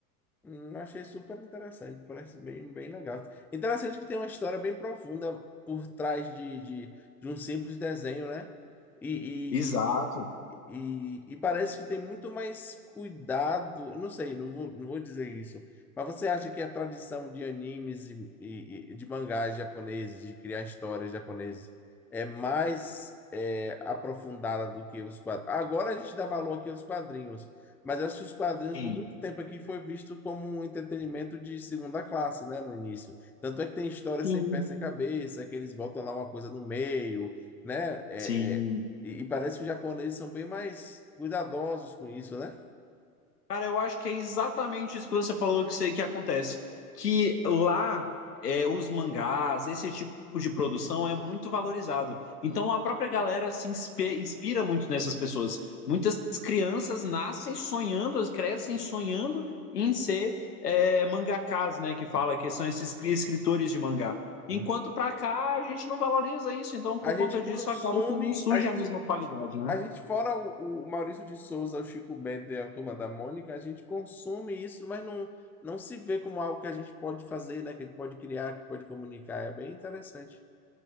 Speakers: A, in the centre; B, on the left.
A: Hum, achei super interessante, parece bem, bem legal. Interessante que tem uma história bem profunda por trás de, de, de um simples desenho, né? E,
B: Exato.
A: E, e parece que tem muito mais cuidado. Não sei, não vou, não vou dizer isso. Mas você acha que a tradição de animes e, e- e de mangás japoneses, de criar histórias japonesas, é mais é, aprofundada do que os quadrinhos? Agora a gente dá valor aqui aos quadrinhos, mas acho que os quadrinhos
B: Sim,
A: por muito tempo aqui foi visto como um entretenimento de segunda classe, né, no início. Tanto é que tem histórias
B: sim,
A: sem pé sem cabeça, que eles botam lá uma coisa no meio, né? É,
B: sim.
A: é, e, e parece que os japoneses são bem mais cuidadosos com isso, né?
B: Cara, eu acho que é exatamente isso que você falou que, você- que acontece. Que lá é, os mangás, esse tipo de produção é muito valorizado. Então a própria galera se inspe- inspira muito nessas pessoas. Muitas crianças nascem sonhando, elas crescem sonhando em ser é, mangakás, né? Que fala que são esses cri- escritores de mangá. Enquanto
A: Uhum.
B: pra cá a gente não valoriza isso, então por
A: A
B: conta
A: gente
B: disso
A: consome,
B: acaba que não surge
A: a gente
B: a mesma qualidade, né?
A: A gente, fora o, o Maurício de Souza, o Chico Bento e a Turma da Mônica, a gente consome isso, mas não, não se vê como algo que a gente pode fazer, né? Que a gente pode criar, que pode comunicar. É bem interessante.